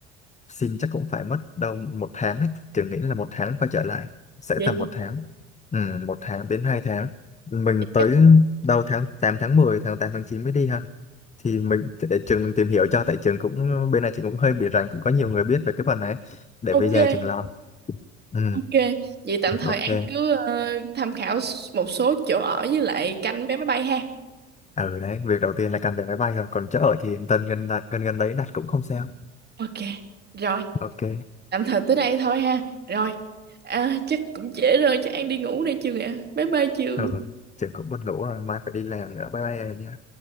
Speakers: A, on the left; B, on the right.
A: xin chắc cũng phải mất đâu một tháng ấy Trường nghĩ là một tháng quay trở lại sẽ
B: Vậy
A: tầm một tháng ừ, một tháng đến hai tháng mình
B: thì
A: tới
B: chắc
A: đâu tháng 8 tháng 10 tháng 8 tháng 9 mới đi ha thì mình để trường tìm hiểu cho tại trường cũng bên này trường cũng hơi bị rành cũng có nhiều người biết về cái phần này để
B: ok,
A: bây giờ trường lo ừ,
B: ok. Vậy tạm thời
A: ok
B: An cứ ờ, tham khảo s- một số chỗ ở với lại canh vé máy bay ha.
A: ở đấy việc đầu tiên là cần vé máy bay rồi còn chỗ ở thì tần gần đặt gần gần đấy đặt cũng không sao
B: Ok, rồi,
A: ok
B: tạm thời tới đây thôi ha. Rồi, à, chắc cũng trễ rồi, chắc An đi ngủ đây chưa ạ? Bye bye Trường.
A: ừ, trường cũng buồn ngủ rồi mai phải đi làm nữa bye bye em nhé